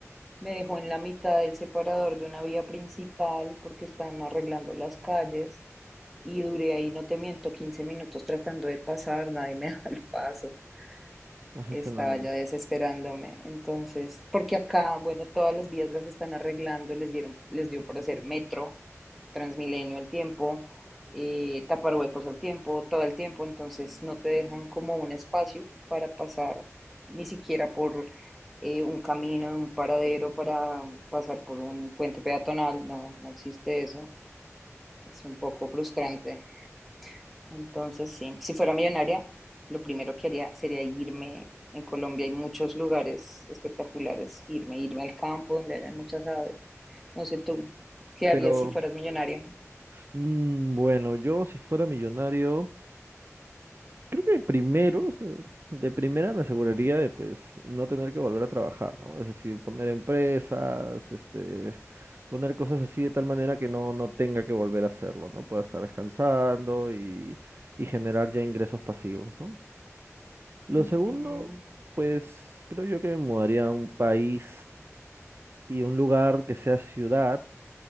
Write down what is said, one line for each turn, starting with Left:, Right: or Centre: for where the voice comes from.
Centre: me dejó en la mitad del separador de una vía principal porque están arreglando las calles y duré ahí, no te miento, 15 minutos tratando de pasar, nadie me <laughs> daba el paso.
Right: No
Centre: Estaba
Right: sé si no-
Centre: ya desesperándome. Entonces, porque acá, bueno, todas las vías las están arreglando, les dieron, les dio por hacer metro. Transmilenio al tiempo, eh, tapar huecos al tiempo, todo el tiempo, entonces no te dejan como un espacio para pasar ni siquiera por eh, un camino, un paradero para pasar por un puente peatonal, no, no existe eso, es un poco frustrante. Entonces, sí, si fuera millonaria, lo primero que haría sería irme. En Colombia hay muchos lugares espectaculares, irme, irme al campo donde hayan muchas aves. No sé tú, ¿qué
Right: Pero
Centre: harías si fueras millonario?
Right: Mm, bueno, yo si fuera millonario, creo que primero, o sea, de primera me aseguraría de pues no tener que volver a trabajar, ¿no? Es decir, poner empresas, este, poner cosas así de tal manera que no, no tenga que volver a hacerlo, ¿no? Pueda estar descansando y, y generar ya ingresos pasivos, ¿no? Lo
Centre: Ujú.
Right: segundo, pues creo yo que me mudaría a un país y un lugar que sea ciudad